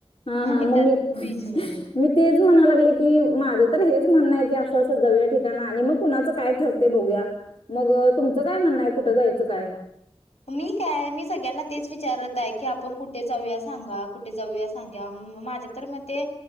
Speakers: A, on the left; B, on the left.
A: हा हा
B: आणि
A: मग
B: त्यात
A: मी
B: बीचमध्ये.
A: मी तेच म्हणायला लागले की माझं तर हेच म्हणणं आहे की अशं दव ठिकाण आणि मग कुणाच काय काय ठरते बोघुया मग तुमचं काय म्हणणं आहे कुठं जायचं काय
B: मी काय मी सगळ्यांना तेच विचारत आहे की आपण कुठे जाऊया सांगा कुठे जाऊया सांगा माझ्या तर मग ते